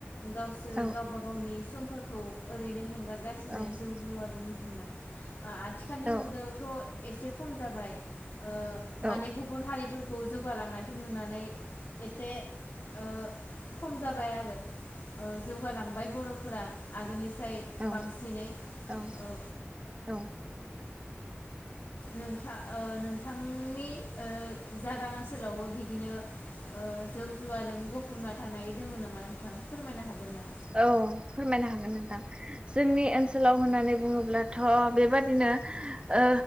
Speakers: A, on the left; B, on the right.
A: गावसोर
B: औ
A: गावबा गावनि समफोरखौ ओरैनो हें हागारगासिनो
B: औ
A: जौ जुवाजों मोना। आथिखालनि
B: औ
A: मुगायावथ एसे खम जाबाय ओ माने
B: औ
A: गुबुन हारिफोर जौगालांनायखौ नुनानै एसे ओ खम जाबाय आरो। औ जौगालांबाय बरफोरा। आगोलनि ओमफ्राय
B: औ
A: बांसिनै
B: औ
A: ओ
B: औ
A: नोंथा ओ नोंथांनि ओ जागा ओनसोलावबो बिदिनो ओ जौ जुवाजों गफफना थानाय दङ नामा नोंथां फोरमायनो हागोन ना?
B: औ फोरमायनो हागोन नोंथां। जोंनि ओनसोलाव होननानै बुङोब्ला थ बेबादिनो ओ